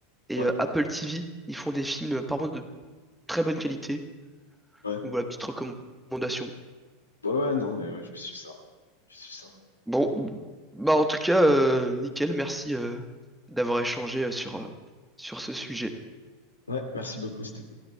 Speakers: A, in the centre; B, on the left (about 80°).
A: et
B: Ouais.
A: euh, Apple TV, ils font des films euh, par contre de très bonne qualité.
B: ouais.
A: Donc voilà, petite recommandation.
B: Ouais, ouais, non, mais ouais, je vais suivre ça. Je vais suivre ça.
A: Bon, bah en tout cas, euh, nickel, merci euh, d'avoir échangé euh, sur, euh, sur ce sujet.
B: Ouais, merci beaucoup, c'était cool.